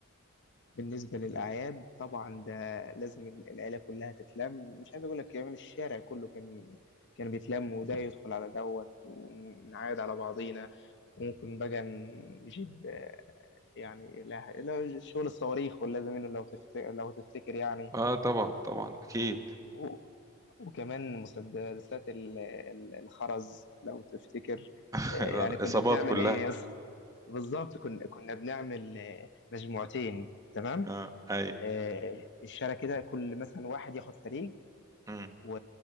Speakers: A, on the left (about 55°); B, on the right (about 15°).
A: بالنسبة للأعياد طبعا ده لازم العيلة كلها تتلم مش عايز أقول لك كمان الشارع كله كان كان بيتلم وده يدخل على دوت ونعايد على بعضينا وممكن بقى نجيب آه، يعني لا لا شغل الصواريخ ولا زميله لو تفتكر لو تفتكر يعني
B: اه طبعا طبعا اكيد
A: و- وكمان مسدسات ال- ال- الخرز لو تفتكر
B: <laughs>
A: آه،
B: الاصابات
A: يعني كنا بنعمل
B: كلها
A: إيه يس بالظبط كنا كنا بنعمل آه، مجموعتين تمام
B: اه اي
A: آه، الشارع كده كل مثلا واحد ياخد فريق
B: امم
A: و...